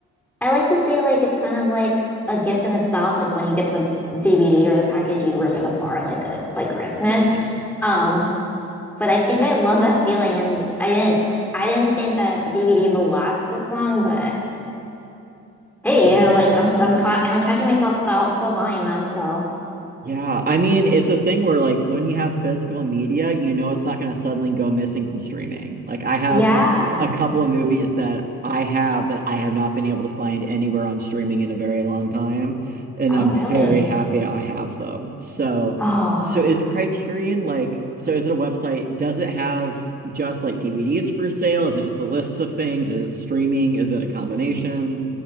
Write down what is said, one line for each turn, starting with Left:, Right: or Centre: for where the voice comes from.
Centre: I like to say like it's kind of like a gift in itself. Like when you get the DVD or the package, you rip it apart like it's like Christmas.
Right: Yeah.
Centre: Um, but I think I love that feeling, and I didn't I didn't think that DVDs will last this long, but Hey,
Right: Yeah.
Centre: yeah, like I'm, i I'm caught, I'm catching myself still, still buying them. So
Right: Yeah, I mean, it's a thing where like when you have physical media, you know it's not going to suddenly go missing from streaming. Like I have
Centre: yeah.
Right: a couple of movies that I have that I have not been able to find anywhere on streaming in a very long time, and
Centre: Oh,
Right: I'm
Centre: really?
Right: very happy I have them. So,
Centre: Oh,
Right: so
Centre: yeah.
Right: is Criterion like so is it a website? Does it have just like DVDs for sale? Is it just the lists of things? Is it streaming? Is it a combination?